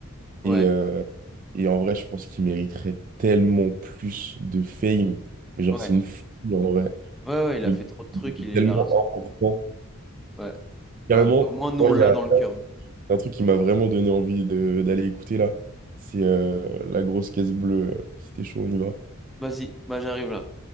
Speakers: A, in the centre; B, on the right.
A: Ouais,
B: Et, euh, Et en vrai, je pense qu'il mériterait tellement plus de fame. Mais genre,
A: ouais,
B: c'est une folie en vrai.
A: ouais, ouais, il
B: Le
A: a
B: gars,
A: fait trop de trucs,
B: est
A: il est
B: tellement
A: là.
B: important.
A: Ouais, ouais,
B: Carrément,
A: bah, au moins, nous,
B: moi,
A: on
B: il
A: l'a
B: y a
A: dans le cœur.
B: un truc qui m'a vraiment donné envie de d'aller écouter là. C'est euh, La Grosse Caisse Bleue. C'était chaud, on y va.
A: Vas-y, bah, j'arrive là.